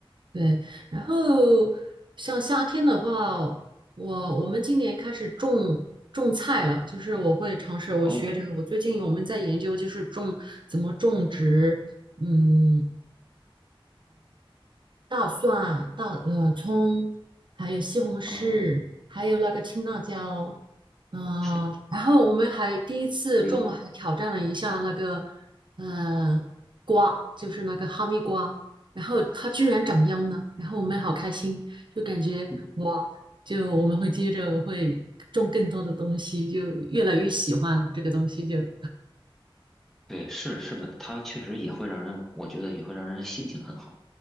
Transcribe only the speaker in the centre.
哦，
啊，
天，
厉害！
嗯
对，是是的，它确实也会让人，我觉得也会让人心情很好。